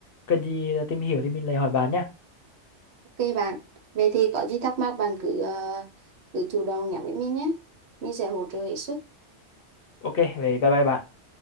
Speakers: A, on the left; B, on the right.
A: cần gì tìm hiểu thì mình lại hỏi bạn nhá
B: Ok bạn, vậy thì có gì thắc mắc bạn cứ ờ, cứ chủ động nhắn với mình nhé. Mình sẽ hỗ trợ hết sức.
A: ok vậy bye bye bạn